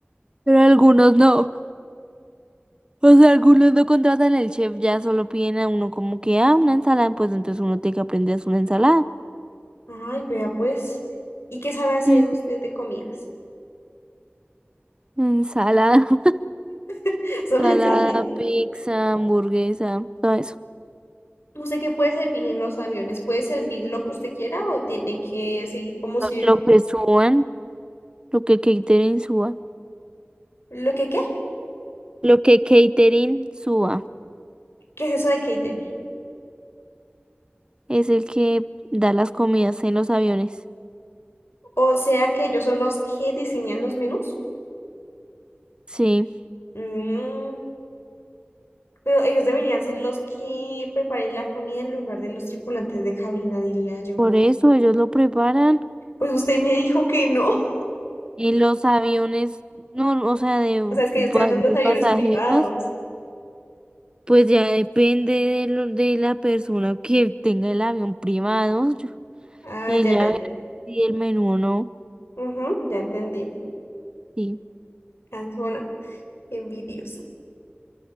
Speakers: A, on the right (about 20°); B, on the left (about 85°).
A: Pero algunos no. O sea, algunos no contratan al chef, ya solo piden a uno como que, ah, una ensalada, pues entonces uno tiene que aprender a hacer una ensalada.
B: Ay, vea pues. ¿Y qué sabe hacer
A: Ujú.
B: usted de comidas?
A: Ensalada, <laughs>
B: <laughs> Solo
A: ensalada,
B: ensalada.
A: pizza, hamburguesa, todo eso.
B: ¿Usted qué puede servir en los aviones? ¿Puede servir lo que usted quiera o tiene que seguir como si...
A: Lo que suban, lo que catering suba.
B: ¿Lo que qué?
A: Lo que catering suba
B: ¿Qué es eso de catering?
A: es el que da las comidas en los aviones.
B: O sea que ellos son los que diseñan los menús.
A: Sí,
B: Mm, pero ellos deberían ser los que preparen la comida en lugar de los tripulantes de cabina, diría yo.
A: por eso ellos lo preparan
B: Pues usted me dijo que no. <laughs>
A: en los aviones, no, o sea, de,
B: O sea, es que
A: va-
B: yo estoy hablando
A: de
B: de los
A: pasajeros.
B: aviones privados.
A: Pues ya depende de lo, de la persona que tenga el avión privado. yo-
B: Ah,
A: Ella
B: ya, ya,
A: verá
B: ya.
A: si el menú o no.
B: Ujú, ya entendí.
A: Sí.
B: Cansona, envidiosa.